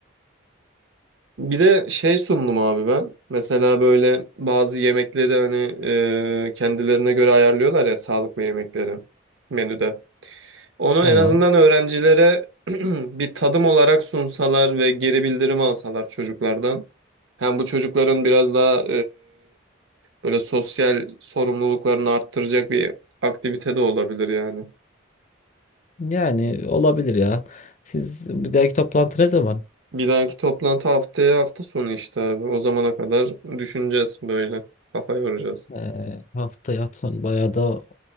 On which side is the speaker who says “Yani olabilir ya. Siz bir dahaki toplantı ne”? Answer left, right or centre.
Left